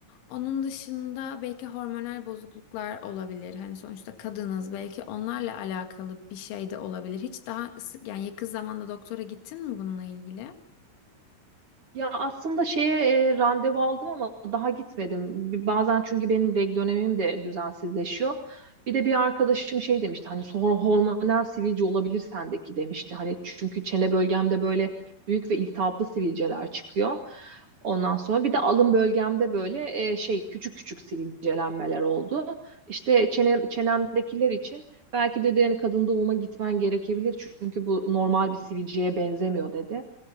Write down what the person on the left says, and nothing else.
Onun dışında belki hormonal bozukluklar olabilir. Hani sonuçta kadınız belki onlarla alakalı bir şey de olabilir. Hiç daha yani yakın zamanda doktora gittin mi bununla ilgili?